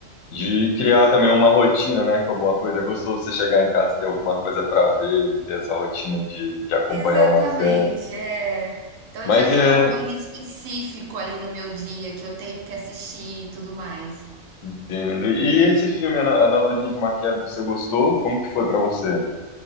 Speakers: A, on the left; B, on the right.
A: de criar também uma rotina, né, com alguma coisa. É gostoso você chegar em casa e ter alguma coisa para ver e ter essa rotina de, de acompanhar
B: Exatamente,
A: uma série.
B: é. Então
A: Mas
B: eu já tenho
A: é.
B: algo ali específico ali no meu dia que eu tenho que assistir e tudo mais.
A: Entendo. E esse filme, Ana- Analogia de uma Queda, você gostou? Como que foi para você?